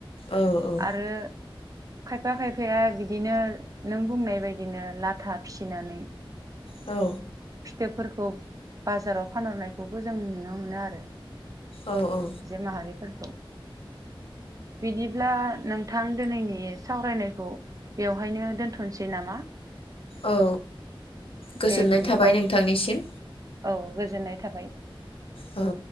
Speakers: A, on the left; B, on the right.
A: औ औ
B: आरो खायफा खायफाया बिदिनो नों बुंनाय बायदिनो लाथा फिसिनानै
A: औ
B: फिथोबफोरखौ बाजाराव फानहरनायखौबो जों नुनो मोनो आरो।
A: औ औ
B: माहारि फोरखौ बिदिब्ला नोंथां दिनैनि सावरायनायखौ बेवहायनो दोनथ'नोसै नामा
A: औ गोजोननाय
B: दे बिदिब्ला
A: थाबाय नोंथांनिसिम
B: औ गोजोननाय थाबाय
A: औ